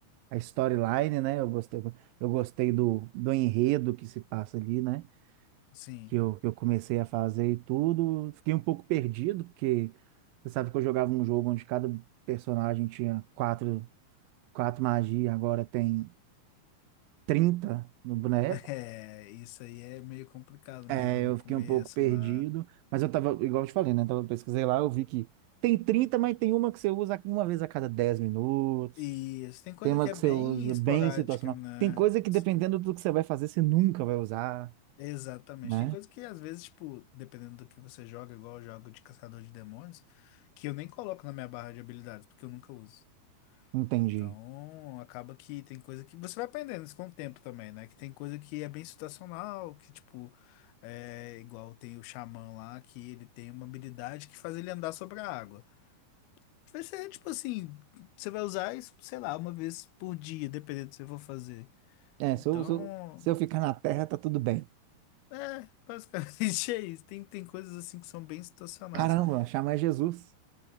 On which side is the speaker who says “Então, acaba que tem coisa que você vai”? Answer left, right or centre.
Left